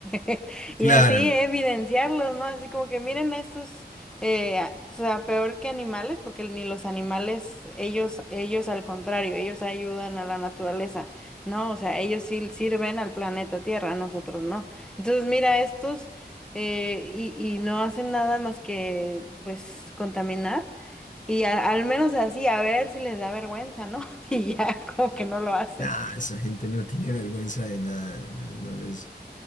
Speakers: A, in the centre; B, on the left.
A: <laughs>
B: Claro.
A: y así evidenciarlos, ¿no? Así como que miren a estos, eh, a- o sea, peor que animales, porque ni los animales, ellos, ellos al contrario, ellos ayudan a la naturaleza, ¿no? O sea, ellos sí sirven al planeta Tierra, nosotros no. Entonces, mira, estos eh, y, y no hacen nada más que pues contaminar. Y a- al menos así, a ver si les da vergüenza, ¿no? <laughs> Y ya como que no lo hacen.
B: Nah, esa gente no tiene vergüenza de nada. No, no les,